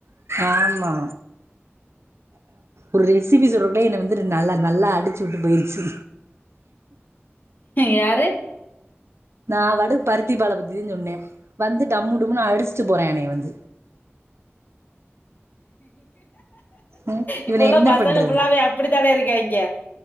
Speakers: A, on the right (about 70°); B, on the left (about 40°).
A: ஆமா ஒரு எஸ்பி <unintelligible> என்ன வந்து நல்லா நல்லா அடிச்சு விட்டு போயிருச்சு
B: யாரு
A: நா வந்து பருத்தி பால பத்தின்னு சொன்னே வந்து டம்மு டுமுனு அடிச்சிட்டு போறா என்னைய வந்து ம்,
B: இப்பல்லா
A: இவனை என்ன
B: பசங்க
A: பண்ணுறது
B: ஃபுல்லாவே அப்படித்தானே இருக்காய்ங்க